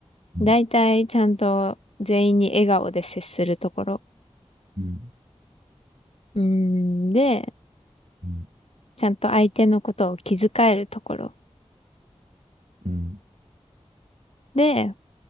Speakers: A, on the right (about 85°); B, on the left (about 70°).
A: うん。
B: 大体ちゃんと全員に笑顔で接するところ。
A: うん。
B: うん、で、
A: うん
B: ちゃんと相手のことを気遣えるところ。
A: うん。
B: で、